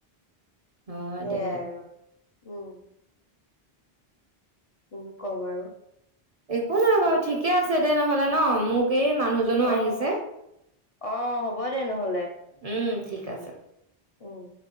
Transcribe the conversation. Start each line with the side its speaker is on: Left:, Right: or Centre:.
Right: হই
Left: সেয়াই
Right: দে।
Left: আৰু উম। কিনো কম আৰু
Right: একো নাই বাৰু ঠিকে আছ তেদে নহ'লে ন মোক এই মানুহজনো
Left: অ'।
Right: আহিছে
Left: অ', হ'ব দে নহ'লে
Right: উম ঠিক আছে
Left: উম।